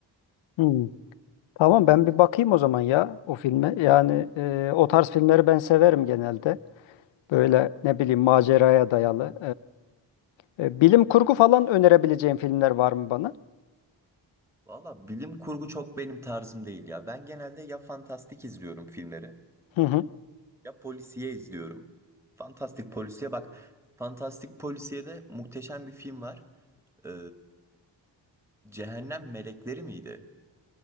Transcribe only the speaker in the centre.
Valla bilim kurgu çok benim tarzım değil ya. Ben genelde ya fantastik izliyorum filmleri
ya polisiye izliyorum. Fantastik polisiye bak. Fantastik polisiyede muhteşem bir film var. Ee, Cehennem Melekleri miydi?